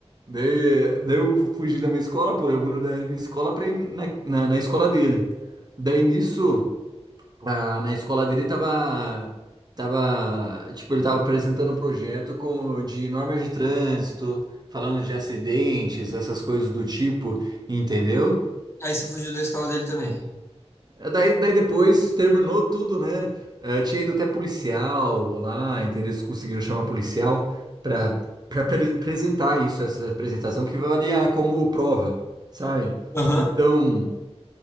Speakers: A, on the right (about 40°); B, on the left (about 25°).
A: Daí, daí eu fugi da minha escola, pulei o muro da minha escola pra ir na, na, na escola dele. Daí nisso. Ah, na escola dele tava, tava, tipo, ele tava apresentando um projeto com, de normas de trânsito, falando de acidentes, essas coisas do tipo, entendeu?
B: Aí você fugiu da escola dele também.
A: Eh, Daí, daí depois terminou tudo, né? Eh, tinha ido até policial lá, entendeu? Eles conseguiram chamar policial pra, pra pre- apresentar isso, essa apresentação que valia como prova, sabe?
B: Aham.
A: Então,